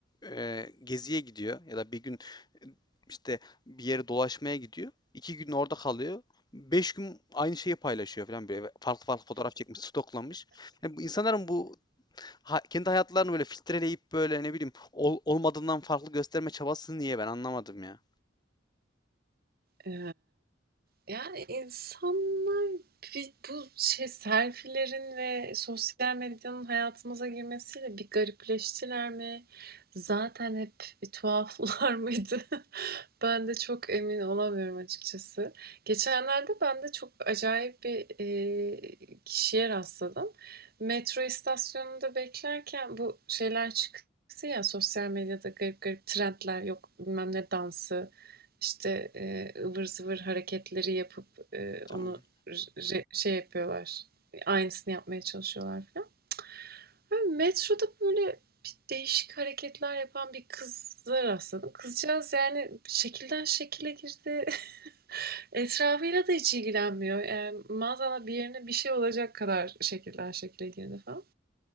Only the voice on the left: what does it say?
e, geziye gidiyor ya da bir gün e, işte bir yere dolaşmaya gidiyor. İki gün orada kalıyor. Beş gün aynı şeyi paylaşıyor falan böyle. Farklı farklı fotoğraf çekmiş, stoklamış. Yani bu insanların bu ha- kendi hayatlarını böyle filtreleyip böyle ne bileyim ol- olmadığından farklı gösterme çabası niye ben anlamadım ya.
Tamam.